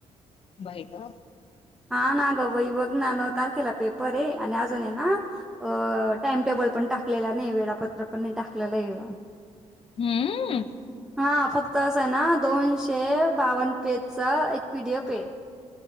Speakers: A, on the left; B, in the centre.
A: बाई ग.
B: हा ना ग बई बघ ना नऊ तारखेला पेपर हे आणि अजून हे ना अं टाइम टेबल पण टाकलेला नाही वेळापत्रक पण नाही टाकलेले बा
A: हं अं
B: हा फक्त असं हे ना दोनशे बावन पेजचा एक पी डी एफ हे.